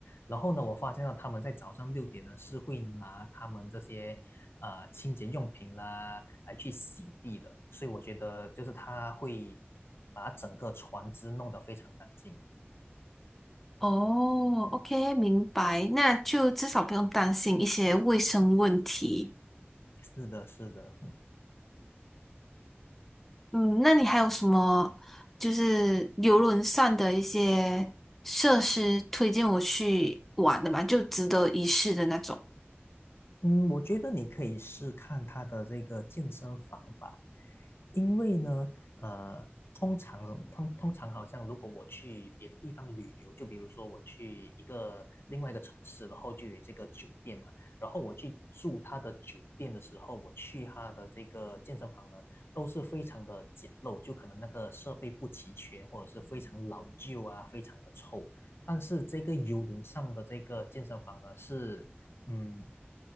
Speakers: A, on the left; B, in the centre.
A: 然后呢，我发现到他们在早上六点呢是会拿他们这些呃清洁用品啦来去洗地的，所以我觉得就是他会把整个船只弄得非常干净。
B: 哦，OK，明白，那就至少不用担心一些卫生问题。
A: 是的，是的。
B: 嗯，那你还有什么就是游轮上的一些设施推荐我去玩的吗？就值得一试的那种。
A: 嗯，我觉得你可以试看他的这个健身房吧，因为呢，呃，通常通通常好像如果我去别的地方旅游，就比如说我去一个另外一个城市，然后就有这个酒店嘛，然后我去住他的酒店的时候，我去他的这个健身房呢，都是非常的简陋，就可能那个设备不齐全，或者是非常老旧啊，非常的臭。但是这个游轮上的这个健身房呢，是嗯，